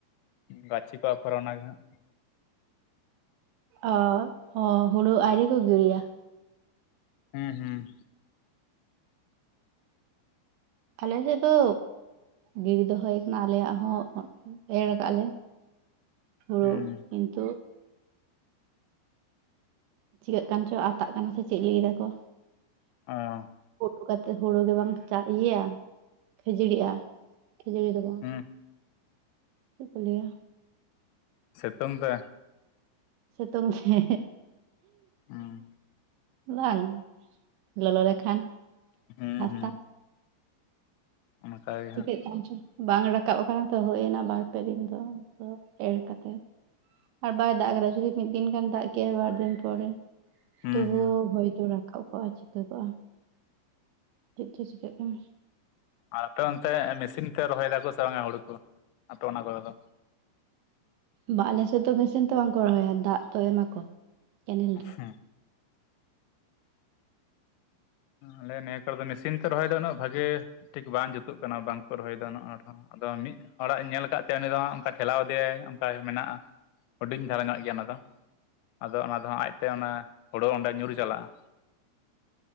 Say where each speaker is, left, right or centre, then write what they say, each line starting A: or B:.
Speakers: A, on the left (about 85°); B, on the right (about 80°).
A: ᱜᱟᱹᱪᱷᱤ ᱠᱚ ᱟᱯᱷᱚᱨᱟ ᱚᱱᱟᱜᱮ ᱦᱟᱸᱜ।
B: ᱚ ᱦᱚ ᱦᱩᱲᱩ ᱟᱣᱨᱤ ᱠᱚ ᱜᱤᱲᱤᱭᱟ।
A: ᱦᱩᱸ ᱦᱩᱸ
B: ᱟᱞᱮ ᱥᱮᱫ ᱫᱚ ᱜᱤᱲᱤ ᱫᱚ ᱦᱚᱭ ᱠᱟᱱᱟ ᱟᱞᱮᱭᱟᱜ ᱦᱚᱸ ᱮᱲ ᱠᱟᱜ ᱞᱮ ᱦᱩᱲᱩ
A: ᱦᱩᱸ
B: ᱠᱤᱱᱛᱩ ᱪᱤᱠᱟᱹᱜ ᱠᱟᱱ ᱪᱚ ᱟᱛᱟᱜ ᱠᱟᱱᱟ ᱥᱮ ᱪᱮᱫ ᱞᱟᱹᱭ ᱫᱟ ᱠᱚ।
A: ᱚ
B: ᱚᱠᱟᱛᱮ ᱦᱩᱲᱳ ᱜᱮᱵᱟᱝ ᱪᱟᱜ ᱤᱭᱟᱹᱭᱟ ᱠᱷᱟᱹᱡᱟᱲᱤᱜᱼᱟ ᱠᱷᱟᱡᱲᱤ ᱫᱚ ᱵᱟᱝ
A: ᱦᱩᱸ
B: ᱪᱮᱫ ᱠᱚ ᱞᱟᱭᱟᱹ
A: ᱥᱤᱛᱩᱝ ᱛᱮ
B: ᱥᱤᱛᱩᱝ ᱛᱮ
A: ᱦᱩᱸ
B: ᱵᱟᱝ ᱞᱚᱞᱚ ᱞᱮᱠᱷᱟᱱ
A: ᱦᱩᱸ
B: ᱦᱟᱥᱟ
A: ᱦᱩᱸ ᱚᱱᱠᱟ ᱜᱮ
B: ᱪᱤᱠᱟᱹᱜ
A: ᱦᱟᱸᱜ
B: ᱠᱟᱱ ᱪᱚ ᱵᱟᱝ ᱨᱟᱠᱟᱵ ᱟᱠᱟᱱᱟ ᱛᱚ ᱦᱩᱭ ᱮᱱᱟ ᱵᱟᱨᱯᱮ ᱫᱤᱱ ᱫᱚ ᱮᱲ ᱠᱟᱛᱮᱫ ᱟᱨ ᱵᱟᱭ ᱫᱟᱜᱽ ᱠᱮᱫᱟ ᱡᱩᱫᱤ ᱢᱤᱫ ᱫᱤᱱ ᱜᱟᱱ ᱫᱟᱜᱽ ᱠᱟᱭᱟᱭ ᱵᱟᱨ ᱫᱤᱱ ᱯᱚᱨᱮ
A: ᱦᱩᱸ
B: ᱛᱚᱵᱩ
A: ᱦᱩᱸ
B: ᱦᱚᱭᱛᱚ ᱨᱟᱠᱟᱵ ᱠᱚᱜᱼᱟ ᱪᱤᱠᱟᱹᱜ ᱠᱚᱜᱼᱟ ᱪᱮᱫ ᱪᱚ ᱪᱤᱠᱟᱹᱜ ᱠᱟᱱᱟ
A: ᱟᱨ ᱟᱯᱮ ᱚᱱᱛᱮ ᱢᱮᱥᱤᱱ ᱛᱮ ᱨᱚᱦᱚᱭ ᱫᱟ ᱠᱚ ᱥᱮ ᱵᱟᱝᱼᱟ ᱦᱩᱲᱩ ᱠᱚ ᱟᱯᱮ ᱚᱱᱟ ᱠᱚᱨᱮ ᱫᱚ
B: ᱵᱟᱝ ᱟᱞᱮᱥᱮᱱ ᱫᱚ ᱢᱮᱥᱤᱱ ᱛᱮ ᱵᱟᱝᱠᱚ ᱨᱚᱦᱚᱭᱟ ᱫᱟᱜᱽ ᱛᱚ ᱮᱢᱟᱠᱚ ᱠᱮᱱᱮᱞ ᱨᱮ
A: ᱦᱩᱸ ᱟᱞᱮ ᱱᱤᱭᱟᱹ ᱠᱚᱨᱮ ᱫᱚ ᱢᱮᱥᱤᱱ ᱛᱮ ᱨᱚᱦᱚᱭ ᱫᱚ ᱩᱱᱟᱹᱜ ᱵᱷᱟᱜᱤ ᱴᱷᱤᱠ ᱵᱟᱝ ᱡᱩᱛᱩᱜ ᱠᱟᱱᱟ ᱵᱟᱝᱠᱚ ᱨᱚᱦᱚᱭᱮᱫᱟ ᱩᱱᱟᱹᱜ <unintelligible> ᱟᱫᱚ ᱢᱤᱫ ᱦᱚᱲᱟᱜ ᱧᱮᱞ ᱟᱠᱟᱫ ᱛᱟᱭᱟ ᱩᱱᱤ ᱫᱚ ᱚᱱᱠᱟ ᱴᱷᱮᱞᱟᱣ ᱟᱫᱮᱟᱭ ᱚᱱᱠᱟ ᱢᱮᱱᱟᱜᱼᱟ ᱦᱩᱰᱤᱧ ᱫᱷᱟᱨᱟ ᱧᱚᱜ ᱜᱮᱭᱟ ᱚᱱᱟ ᱫᱚ ᱟᱫᱚ ᱚᱱᱟ ᱫᱚ ᱟᱡᱛᱮ ᱚᱱᱟ ᱦᱩᱲᱳ ᱚᱸᱰᱮ ᱧᱩᱨ ᱪᱟᱞᱟᱜᱼᱟ᱾